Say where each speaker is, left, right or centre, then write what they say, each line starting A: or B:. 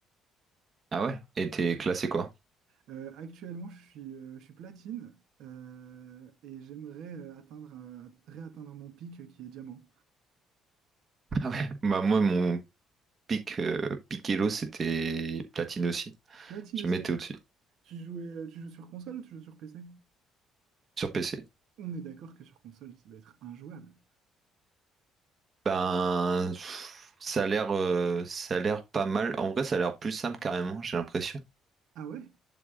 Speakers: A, on the right; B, on the right.
A: Ah ouais? Et t'es classé quoi?
B: Euh, actuellement, je suis, euh, je suis platine euh, et j'aimerais euh, atteindre, euh, réatteindre mon pic euh, qui est diamant.
A: Ah ouais. Bah moi mon pic euh, pic c'était platine aussi.
B: Platine
A: Jamais
B: aussi.
A: été au-dessus.
B: Tu jouais, euh, tu joues sur console ou tu joues sur PC?
A: Sur PC.
B: On est d'accord que sur console, ça doit être injouable.
A: Ben pff, ça a l'air euh, ça a l'air pas mal. En vrai ça a l'air plus simple carrément, j'ai l'impression.
B: Ah ouais?